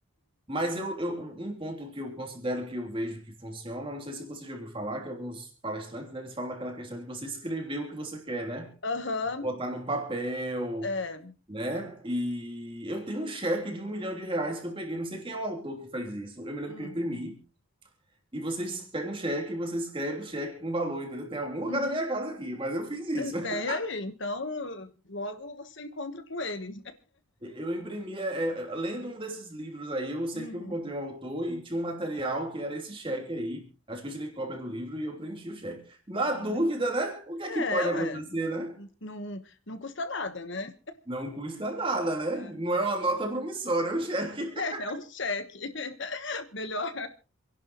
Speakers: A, on the right; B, on the left.
A: mas eu, eu- um ponto que eu considero que eu vejo que funciona, não sei se você já ouviu falar, que alguns palestrantes, né, eles falam daquela questão de você escrever o que você quer, né?
B: Aham,
A: botar no papel,
B: é.
A: né? E eu tenho um cheque de um milhão de reais que eu peguei. Não sei quem é o autor que faz isso. Eu me lembro
B: Hum,
A: que eu imprimi. E você pega um cheque e você escreve o cheque com valor, entendeu? Tem algum lugar
B: uhum.
A: na minha casa aqui, mas eu fiz isso.
B: É,
A: <laughs>
B: Tem aí, então logo você encontra com ele.
A: Eu imprimi, é, é, lendo um desses livros aí, eu sei
B: Uhum,
A: que eu encontrei um autor e tinha um material que era esse cheque aí. Acho que eu tirei cópia do livro e eu preenchi o cheque. Na
B: Olha.
A: dúvida, né? O que é
B: É,
A: que pode acontecer,
B: ué,
A: né?
B: não, não custa nada, né?
A: Não custa nada, né?
B: É,
A: Não é uma nota promissória, é um cheque. <laughs>
B: <laughs> é um cheque. <laughs> Melhor